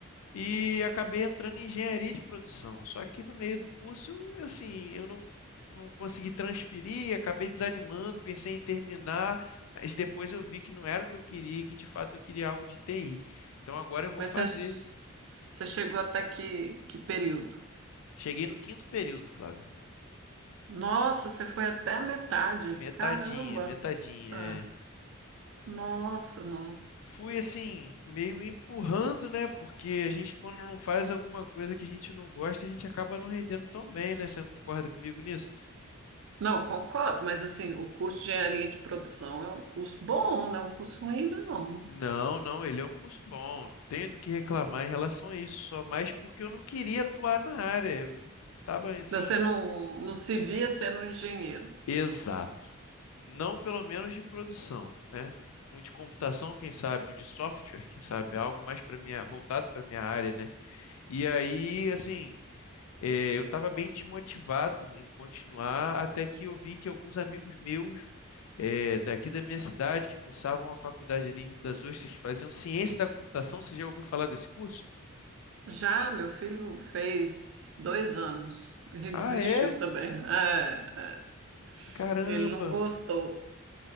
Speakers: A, on the left; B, on the right.
A: e acabei entrando em engenharia de produção. Só que no meio do curso, eu, assim, eu não, não consegui transferir, acabei desanimando, pensei em terminar, mas depois eu vi que não era o que eu queria, e que de fato eu queria algo de TI. Então agora eu vou
B: Mas
A: fazer.
B: você, você chegou até que, que período?
A: Cheguei no quinto período, Flávio.
B: Nossa, você foi até a metade.
A: Metadinha,
B: Caramba!
A: metadinha.
B: Ah,
A: é.
B: nossa, nossa.
A: fui assim, meio empurrando, né? Porque a gente, quando não faz alguma coisa que a gente não gosta, a gente acaba não rendendo tão bem, né? Você não concorda comigo nisso?
B: Não, concordo, mas assim, o curso de engenharia de produção é um curso bom, não é um curso ruim, não.
A: Não, não, ele é um curso bom, não tenho do que reclamar em relação a isso, só mais porque eu não queria atuar na área, eu não estava assim,
B: Você não, não se via sendo um engenheiro.
A: exato, não pelo menos de produção, né? Um de computação, quem sabe, um de software, quem sabe, algo mais para minha, voltado para minha área, né? E aí, assim, É, eu estava bem desmotivado em continuar, até que eu vi que alguns amigos meus é, daqui da minha cidade, que cursavam a faculdade ali em Rio das Ostras, que faziam ciência da computação, você já ouviu falar desse curso?
B: Já meu filho fez dois anos e
A: Ah,
B: desistiu
A: é?
B: também. É, é,
A: Caramba!
B: ele não gostou.